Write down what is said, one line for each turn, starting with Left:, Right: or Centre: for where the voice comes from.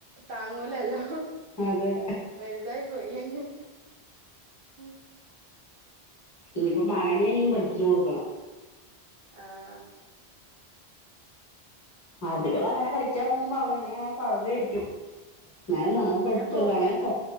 Right: താങ്ങൂലല്ലോ.
Left: അതെ.
Right: വെലുതായി പോയില്ലേ ഇന്നി. <inaudible>
Left: ഇനിപ്പം മകനെങ്കിലും
Right: അതാണ്
Left: പഠിപ്പിച്ച് കൊട്ക്കണം.
Right: ആഹ്.
Left: അതികള് അങ്ങനെ കളിക്കാ പോകുമ്പോ അവനെ <unintelligible> ന്നാലും
Right: ആഹ്
Left: നമ്മ
Right: പിന്നെ
Left: പടിപ്പിച്ച
Right: പോ
Left: കൊടുക്കും. അങ്ങനെ